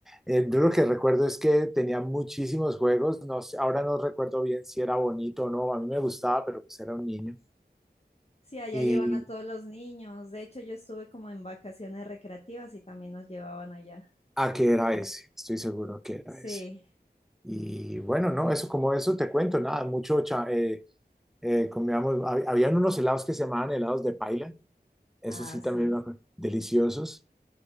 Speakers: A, in the centre; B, on the left.
A: eh, yo lo que recuerdo es que tenía muchísimos juegos, no, sé- ahora no recuerdo bien si era bonito o no, a mí me gustaba, pero pues era un niño.
B: Sí, allá
A: Y
B: llevan a todos los niños. De hecho, yo estuve como en vacaciones recreativas y también nos llevaban allá.
A: a qué era ese, estoy seguro que
B: Sí,
A: era ese. Y bueno, no, eso como eso te cuento, nada, mucho, cha- eh, eh, comíamos, hab- habían unos helados que se llamaban helados de paila, eso
B: ah,
A: sí
B: sí,
A: también me acuerdo, deliciosos.